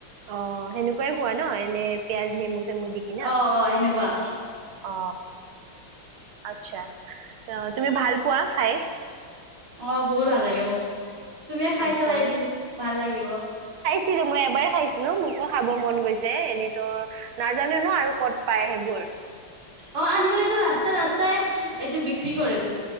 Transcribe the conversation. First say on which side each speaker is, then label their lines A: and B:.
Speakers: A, on the right; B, on the right.
A: অ সেনেকুৱাই খোৱা ন, এনে পিয়াজ, নেমু চেমু দি কি না।
B: অ অ এনেকুৱা
A: অ, আচ্ছা তুমি ভাল পোৱা খাই?
B: অ বহুত ভাল লাগে মোক। তুমি খাই
A: আচ্ছা
B: চাবা এদিন, ভাল লাগিব।
A: ছিলো মই এবাৰ খাইছ মোকো খাব মন গৈছে এনেতো নাজানো ন আৰু ক'ত পায় সেই
B: অ আজিকালি এইটো ৰাস্তা ৰাস্তাই এইটো বিক্ৰী কৰেটো।